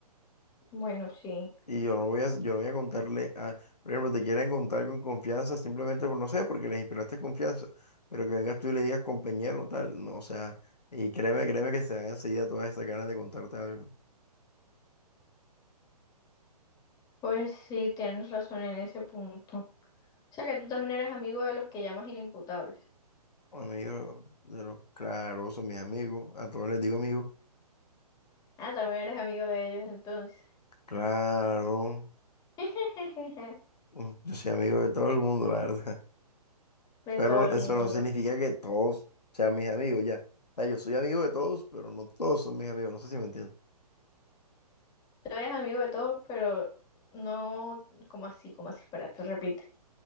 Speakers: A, on the left (about 20°); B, on the left (about 75°).
A: Bueno, sí.
B: Y yo no voy a, yo no voy a contarle a, por ejemplo, te quieren contar con confianza simplemente por no sé, porque les inspiraste confianza. Pero que vengas tú y le digas compañero, tal, no, o sea, y créeme, créeme que se dan enseguida todas esas ganas de contarte algo.
A: Pues sí, tienes razón en ese punto. O sea que tú también eres amigo de los que llamas inimputables.
B: Amigos, de los claro, son mis amigos, a todos les digo amigos.
A: Ah, también eres amigo de ellos entonces.
B: Claro,
A: <laughs>
B: mm, yo soy amigo de todo el mundo, la verdad.
A: De
B: Pero
A: todo el
B: eso
A: mundo.
B: no significa
A: ¿no?
B: que todos sean mis amigos, ya. O sea, yo soy amigo de todos, pero no todos son mis amigos. No sé si me entiendes.
A: Tú eres amigo de todos, pero no como así, como así, espérate, repite.